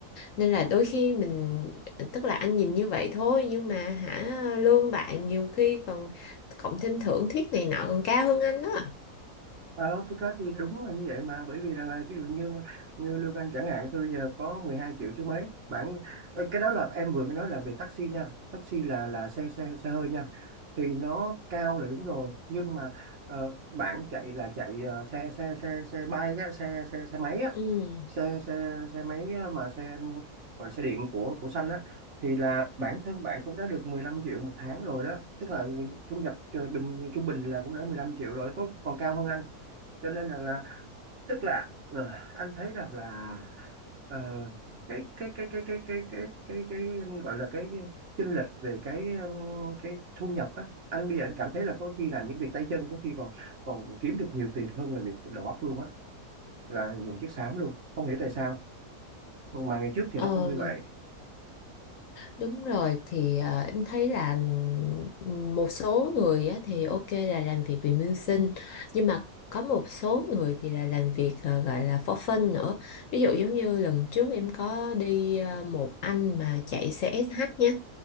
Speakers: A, on the left (about 65°); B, on the right (about 50°).
A: Nên là đôi khi mình tức là anh nhìn như vậy thôi nhưng mà hả lương bạn nhiều khi còn cộng thêm thưởng thiết này nọ còn cao hơn anh đó.
B: Ờ, thực ra thì đúng là như vậy mà bởi vì rằng là ví dụ như như lương anh chẳng hạn thôi bây giờ có 12 triệu chứ mấy bạn ờ, cái đó là em vừa mới nói là về taxi nha taxi là là xe xe xe hơi nha thì nó cao là đúng rồi nhưng mà ờ, bạn chạy là chạy ờ, xe xe xe xe bay á, xe xe xe máy á
A: Ừ.
B: xe xe xe máy á, mà xe gọi là xe điện của của xanh á thì là bản thân bạn cũng đã được 15 triệu một tháng rồi đó tức là thu nhập ờ, bình trung bình là cũng đã 15 triệu rồi có còn cao hơn anh cho nên rằng là tức là ờ, anh thấy rằng là ờ, cái cái cái cái cái cái cái cái cái gọi là cái chênh lệch về cái um, cái thu nhập á anh bây giờ anh cảm thấy là có khi làm những việc tay chân có khi còn còn kiếm được nhiều tiền hơn là việc đầu óc luôn á là dùng chiếc xám luôn không hiểu tại sao mà ngày trước thì
A: Ờ.
B: nó không như vậy
A: Đúng rồi thì ờ, em thấy là ừm, một số người á, thì ok là làm việc vì mưu sinh nhưng mà có một số người thì là làm việc ờ, gọi là for fun nữa ví dụ giống như lần trước em có đi ờ, một anh mà chạy CSH nhé